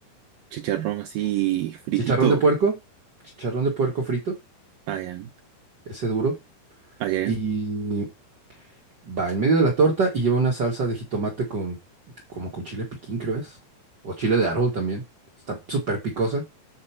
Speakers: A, on the right (about 80°); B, on the right (about 45°).
A: Chicharrón así fritito.
B: chicharrón de puerco, chicharrón de puerco frito,
A: Allá,
B: ese duro,
A: allá.
B: y va en medio de la torta y lleva una salsa de jitomate con, como con chile piquín, creo es, o chile de árbol también, está súper picosa,